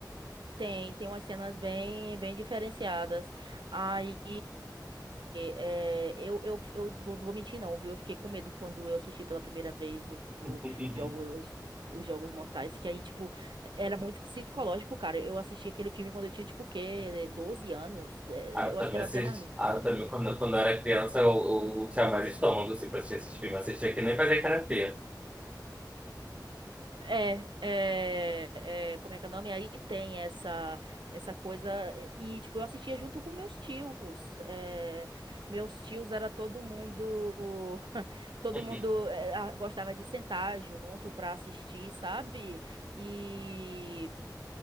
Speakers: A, on the right; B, on the right.
A: Tem, tem umas cenas bem, bem diferenciadas. Aí, é, eu, eu, fi- eu vou, não vou mentir não, viu? Eu fiquei com medo quando eu assisti pela primeira vez o, o
B: <laughs>
A: jogos, os Jogos Mortais, que aí, tipo, era muito psicológico, cara. Eu assisti aquele filme quando eu tinha, tipo, o quê? doze anos? É,
B: Ah, eu
A: Eu
B: também
A: acho que era
B: assisti.
A: até mais
B: Ah,
A: nova.
B: eu também, quando, quando eu era criança, eu, eu tinha mais estômago, assim, pra assistir esses filmes. Assistia que nem fazia cara feia.
A: É, é, é, como é que é o nome? Aí tem essa essa coisa e tipo eu assistia junto com meus tios. é, meus tios era todo mundo <laughs> todo
B: <laughs>
A: mundo é, a- gostava de sentar junto pra assistir, sabe? E